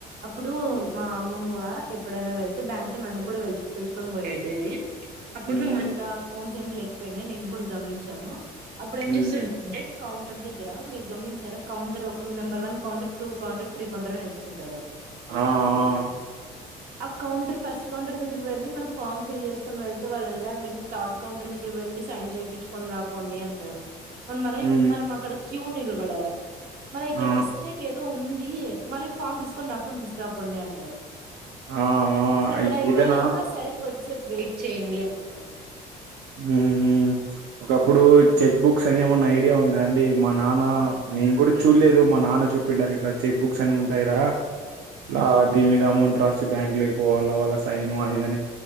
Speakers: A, on the right; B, on the right.
A: అప్పుడు
B: హ్మ్,
A: మా అమ్మమ్మ ఎప్పుడైనా వెళ్తే బ్యాంక్ నన్ను కూడా వెల్చ్ పిలుచుకొని పోయెటిది అప్పట్లో
B: హ్మ్,
A: ఇలా ఫోన్స్ ఏమి లేకపోయిండే నేను కూడా గమనించాను అప్పుడు ఏం
B: హ్మ్.
A: చేస్తుండే అంటే కౌంటర్ దగ్గర మీరు గమనించా ర కౌంటర్ ఒక number one counter two counter three counter అని ఇచ్చింటారు
B: అ ఆ ఆ
A: ఆ కౌంటర్ ఫస్ట్ కౌంటర్ దగ్గరకి వెళ్ళి మనం ఫామ్ ఫిల్ చేసుకొని వెళ్తే వాళ్లు అల్ల మీరు థర్డ్ కౌంటర్ దగ్గర వెళ్లి సైన్ చేపిచ్కొని రాపోండి అంటారు మన్ మన
B: హ్మ్,
A: మనం అక్కడ క్యూ నిలబడాల మరి ఇక్కడ
B: ఆ
A: మిస్టేక్ ఏదో ఉం ది మరి ఫామ్ తీసుకొని రాసుకొని తీసుకురాపోండి అంటారు
B: ఆ
A: ఇక్కడ అయిపోయినంక
B: ఇదేనా
A: సరే కొద్ది సేపు వెయిట్ చేయండి అంటారు
B: మ్ మ్ ఒకప్పుడు చెక్ బుక్స్ అని ఏమన్నా ఐడియా ఉందా అండి మా నాన్న
A: అవును
B: నేను కూడ ఇప్ చూల్లే దు మా నాన్న చెప్పిండు అని ఇట్లా చెక్ బుక్స్ అని ఉంటాయిరా ఆ దీని మీద అమౌంట్ రాసి బ్యాంక్ లేకిపోవాలా వాళ్ళ సైన్ అది ఇది అని